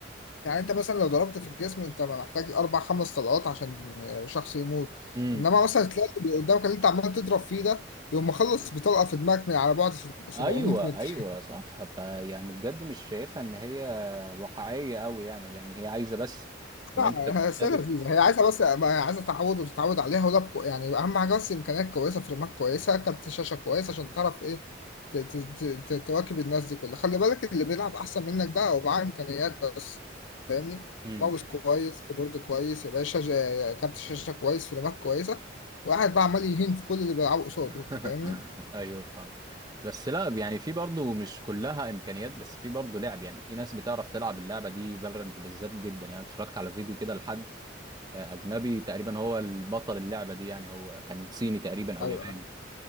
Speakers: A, on the left; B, on the right.
A: يعني انت مثلا لو ضربت في الجسم انت محتاج اربع خمس طلقات عشان شخص يموت
B: امم
A: انما مثلا تلاقي اللي قدامك اللي انت عمال تضرب فيه ده يقوم مخلص بطلقه في دماغك من على بعد 700
B: ايوه
A: متر
B: ايوه صح فيعني بجد مش شايفها ان هي واقعيه قوي يعني يعني هي عايزه بس ان
A: لا
B: انت تبقى ثابت
A: هي سنة لذيذة هي عايزة بس ما هي عايزة تعود وتتعود عليها ولاب كو- يعني أهم حاجة بس إمكانيات كويسة فريمات كويسة كارت شاشة كويس عشان تعرف إيه ت- ت- ت- ت- تواكب الناس دي كلها خلي بالك اللي بيلعب أحسن منك ده هو معاه إمكانيات بس فاهمني
B: امم
A: ماوس كويس كيبورد كويس يا باشا جا- كارت شاشة كويس فريمات كويسة واحد بقى عمال يهين في كل اللي بيلعبه قصاده
B: <laughs>
A: أنت فاهمني؟
B: ايوه فاهم بس لا يعني في برضو مش كلها امكانيات بس في برضو لعب يعني في ناس بتعرف تلعب اللعبه دي فالورنت بالذات جدا يعني اتفرجت على فيديو كده لحد اجنبي تقريبا هو البطل اللعبه دي يعني هو كان صيني تقريبا او
A: أيوه
B: ياباني